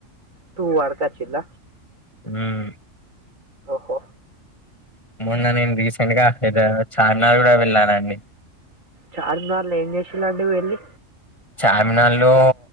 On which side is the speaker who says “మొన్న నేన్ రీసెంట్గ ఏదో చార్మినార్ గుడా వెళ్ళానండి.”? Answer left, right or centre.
Left